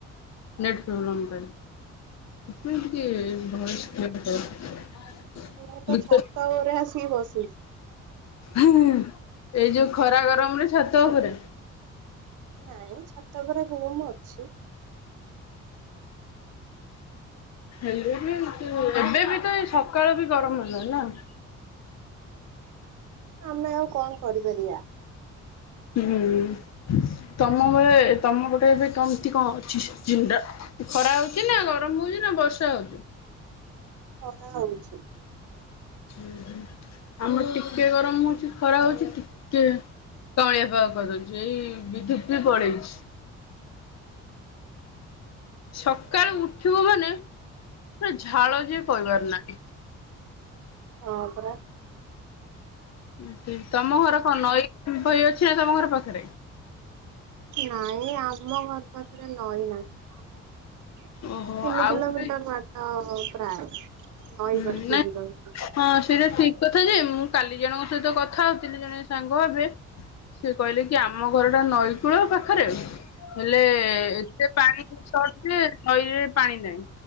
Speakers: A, on the left; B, on the right.
A: ନେଟ ପ୍ରୋବ୍ଲେମ ପାଇଁ ଏଥିପାଇଁ ଟିକେ ସେକ୍ସ୍ କ୍ଲିଅର୍ କର।
B: ମୁଁ ତ
A: ବୁଝ
B: ଛାତ ଓପରେ ଆସିକି ବସିଚି।
A: ଏଇ ଯୋଉ ଖରା ଗରମରେ ଛାତ ଓପରେ?
B: ନାଇଁ ଛାତ ଓପରେ ରୁମ୍ ଅଛି।
A: ହେଲେ ବି ଏତେ ଏବେ ବି ତ ଏଇ ସକାଳୁ ବି ଗରମ ହେଲାଣି ନାଁ।
B: ଆମେ ଆଉ କଣ କରିପାରିଆ?
A: ହୁଁ। ତମ ଘରେ ତମ ପଟେ ଏବେ କେମତି କଁ ଅଛି ସିଜିନ୍ ଟା? ଖରା ହଉଚି ନା ଗରମ ହୋଉଚି ନା ବର୍ଷା ହଉଚି?
B: ଖରା ହଉଚି।
A: ହୁଁ ହୁଁ ଆମର ଟିକେ ଗରମ ହୋଉଚି ଖରା ହୋଉଚି ଟିକେ କାଉଁଳିଆ ପାଗ କରିଦଉଚି ଏଇ ବିଦ୍ୟୁତ୍ ବି ପଲେଇଚି। ସକାଳୁ ଉଠିବୁ ମାନେ ହେ ଝାଳ ଯେ କଇବାର ନାଇଁ।
B: ହଁ ପରା।
A: ଉଁ କି ତମ ଘର କଣ ନଈ ଫଇ ଅଛି ନା ତମ ଘର ପାଖରେ?
B: ନାଇଁ ଆମ ଘର ପାଖରେ ନଈ ନାହିଁ ଆମ୍ ହେ
A: ଓହୋ
B: ତିନି
A: ଆଉ
B: କିଲୋମିଟର୍
A: ଗୋଟେ
B: ବା ତ ପ୍ରାୟ ନଈ
A: ହୁଁ
B: ପାଖକୁ
A: ନାଁ
B: ଯିବାକୁ
A: ହଁ ସେଇଟା ଠିକ୍ କଥା ଯେ ମୁଁ କାଲି ଜଣଙ୍କ ସହିତ କଥା ହଉଥୁଲି ଜଣେ ସାଙ୍ଗ ହେବେ ସିଏ କହିଲେ କି ଆମ ଘରଟା ନଈକୂଳ ପାଖରେ। ହେଲେ ଏତେ ପାଣି ଛଟ୍ ନଈରେ ପାଣି ନାଇଁ